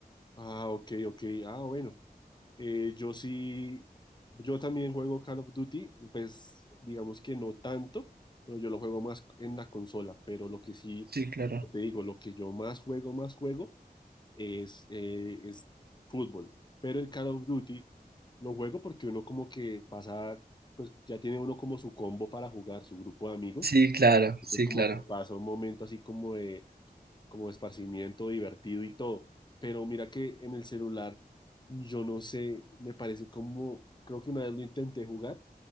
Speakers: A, on the left; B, on the right.
A: Ah, ok, ok. Ah, bueno. Eh, yo sí, yo también juego Call of Duty, pues digamos que no tanto, pero yo lo juego más en la consola. Pero lo que sí,
B: Sí, claro.
A: como te digo, lo que yo más juego, más juego. es, eh, es fútbol. Pero el Call of Duty lo juego porque uno como que pasa, pues ya tiene uno como su combo para jugar, su grupo de amigos.
B: Sí, claro,
A: Entonces
B: sí,
A: como
B: claro.
A: que pasa un momento así como de, como de esparcimiento divertido y todo. Pero mira que en el celular, yo no sé, me parece como, creo que una vez lo intenté jugar,